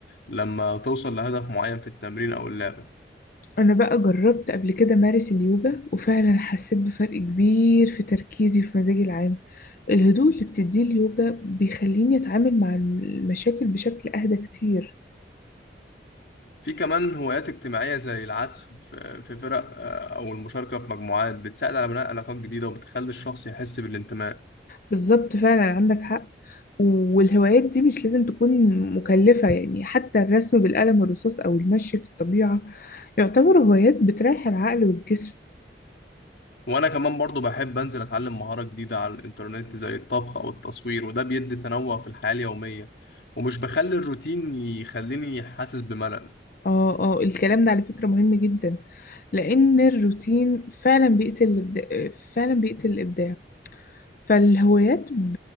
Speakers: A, on the left; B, on the left.
A: لما توصل لهدف معين في التمرين أو اللعبة
B: أنا بقى جربت قبل كده مارس اليوجا وفعلا حسيت بفرق كبير في تركيزي وفي مزاجي العام الهدوء اللي بتديه اليوجا بيخليني أتعامل مع المشاكل بشكل أهدى كتير
A: في كمان هوايات اجتماعية زي العزف في في فرق آه، أو المشاركة في مجموعات بتساعد على بناء علاقات جديدة وبتخلي الشخص يحس بالانتماء
B: بالظبط فعلا عندك حق والهوايات دي مش لازم تكون مكلفة يعني حتى الرسم بالقلم الرصاص أو المشي في الطبيعة يعتبر هوايات بتريح العقل والجسم
A: وأنا كمان برضو بحب أنزل أتعلم مهارة جديدة على الإنترنت زي الطبخ أو التصوير وده بيدي تنوع في الحياة اليومية ومش بخلي الروتين يخليني حاسس بملل
B: اه اه الكلام ده على فكرة مهم جدا لأن الروتين فعلا بيقتل الإبداع فعلا بيقتل الإبداع فالهوايات ب...